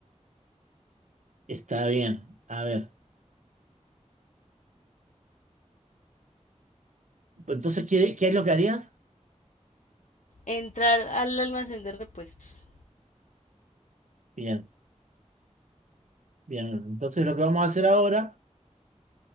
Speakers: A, on the right; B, on the left.
A: está bien. A ver. Entonces, ¿quiere- ¿qué es lo que harías?
B: Entrar al almacén de repuestos.
A: Bien, bien. Entonces lo que vamos a hacer ahora